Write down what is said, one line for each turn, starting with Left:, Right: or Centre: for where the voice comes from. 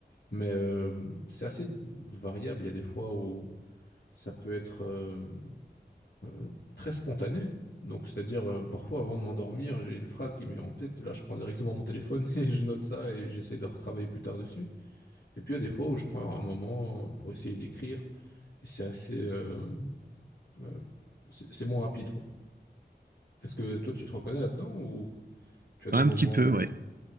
Left: Mais euh, c'est assez variable. Il y a des fois où ça peut être euh, euh, très spontané. Donc, c'est-à-dire, euh, parfois, avant de m'endormir, j'ai une phrase qui m'est en tête. Là, je prends directement mon téléphone <laughs> et je note ça et j'essaie de retravailler plus tard dessus. Et puis, il y a des fois où je prends un moment euh, pour essayer d'écrire. Et c'est assez... euh, euh, c'est c'est moins rapide, quoi. Est-ce que toi, tu te reconnais là-dedans ou tu as des
Right: Ouais, Un
Left: moments...
Right: petit peu, ouais.